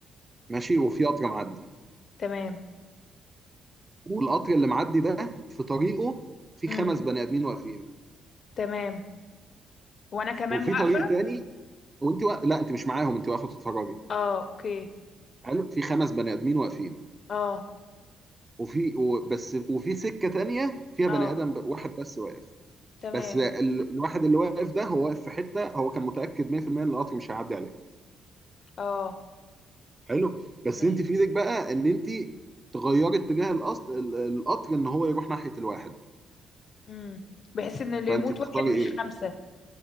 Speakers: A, on the right; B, on the left.
A: ماشي وفي قطر معدي
B: تمام
A: والقطر اللي معدي ده في طريقه في
B: امم
A: خمس بني ادمين واقفين
B: تمام وانا كمان
A: وفي
B: واقفة
A: طريق تاني وانت وا... لا انت مش معاهم انت واقفه بتتفرجي
B: اه اوكي
A: حلو في خمس بني ادمين واقفين
B: اه
A: وفي و... بس وفي سكه تانيه فيها
B: اه
A: بني ادم ب... واحد بس واقف
B: تمام
A: بس ال... الواحد اللي واقف ده هو واقف في حته هو كان متاكد 100% ان القطر مش هيعدي عليه
B: اه
A: حلو بس
B: ماشي
A: انت في ايدك بقى ان انت تغيري اتجاه القطر القطر ان هو يروح ناحيه الواحد
B: امم بحس ان اللي
A: فانت
B: يموت
A: تختاري
B: واحد مش
A: ايه
B: خمسة